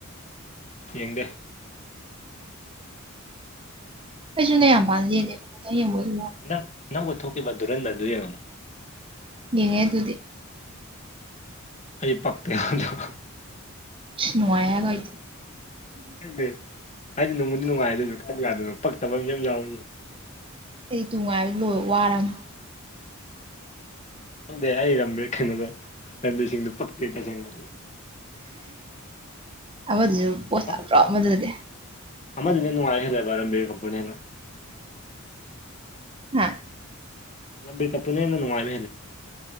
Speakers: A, on the left; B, on the right.
A: ꯌꯦꯡꯗꯦ
B: ꯀꯩꯁꯨꯅ ꯌꯥꯝꯥꯟꯂꯤꯦꯥꯏ ꯃꯣꯏ
A: ꯅꯪ ꯅꯧꯕ ꯊꯣꯛꯈꯤꯕ ꯗꯨꯔꯦꯟꯗꯔꯗꯨ ꯌꯦꯡꯉꯨꯨ
B: ꯌꯦꯉꯦ ꯑꯗꯨꯗꯤ
A: ꯑꯩ ꯄꯛꯛꯇꯗ
B: ꯁꯅꯣꯋꯥ ꯍꯥꯏꯒ ꯏꯗꯤ
A: ꯍ ꯍꯥꯏꯗꯤ ꯅꯣꯡꯃꯗꯤ ꯅꯨꯡꯉꯥꯏ ꯑꯗꯨ ꯀꯥꯏꯗꯥꯗꯅ ꯄꯛꯇꯕ ꯌꯥꯝ ꯌꯥꯎꯔꯤꯅꯤ
B: ꯑꯩꯗꯤ ꯇꯅꯨꯡꯉꯥꯏꯕꯗꯤ ꯂꯣꯏ ꯋꯥꯔꯝ
A: ꯈꯪꯗꯦ ꯑꯩ ꯔꯥꯕꯤꯔ ꯀꯩꯅꯣꯗꯣ ꯔꯝꯕꯤꯔꯁꯤꯡꯗꯨꯣ ꯄꯛꯇꯦ ꯇꯁꯦꯡꯅ
B: ꯑꯃꯗꯨꯁꯨ ꯄꯣꯠ ꯇꯥꯠꯇ꯭ꯔꯣ
A: ꯑ-
B: ꯑꯃꯗꯨꯗꯗꯤ
A: ꯑꯃꯗꯨꯅ ꯅꯅꯨꯡꯉꯥꯏ ꯍꯂꯦꯕꯔ ꯕꯤꯔ ꯀꯄꯅꯤꯅ
B: ꯍꯥ
A: ꯅꯕꯤꯛꯄꯅꯅꯦ ꯅꯅꯨꯡ ꯃꯥꯥꯏ ꯃꯦ